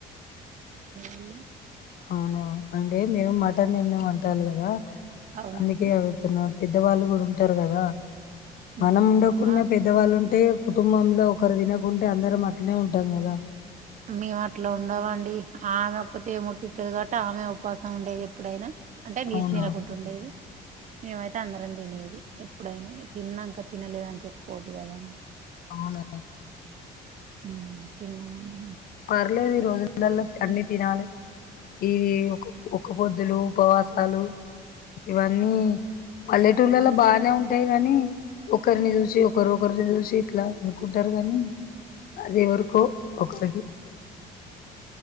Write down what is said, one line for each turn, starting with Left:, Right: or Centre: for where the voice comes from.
Right: ఏం
Left: అవునా అంటే మీరు మటన్ తిన్నం అంటలు కదా
Right: అవునవును
Left: అందుకే అడుగుతున్న పెద్దవాళ్ళు కూడా ఉంటారు కదా మనం
Right: ఉమ్
Left: ఉండకున్న
Right: మా
Left: పెద్దవాళ్ళు ఉం అంటే కుటుంబంలో ఒకరు తినకుంటే అందరం అట్లనే ఉంటం కదా
Right: మే అట్ల ఉండమండి ఆమె ఒక్కతె ముట్టితది కాబట్టి ఆమె ఉపాసం ఉండేది ఎప్పుడైనా అంటే నీస్
Left: అవునా
Right: తినకుంట ఉండేది మేమైతే అందరం తినేది ఎప్పుడైనా తిన్నంక తినలేదని చెప్పుకోవద్దు కదండి
Left: అవునా
Right: ఊ తిన్నమంటేనే
Left: పర్లేదు ఈ రోజులల అన్ని తినాలే ఇది ఒక ఒక పొద్దులు ఉపవాసాలు ఇవన్నీ పల్లెటూళ్లల బానే ఉంటయి గని ఒకరిని చూసి ఒకరు ఒకరిని చూసి ఇట్ల అనుకుంటారు గాని అది ఎవరికో ఒకరికి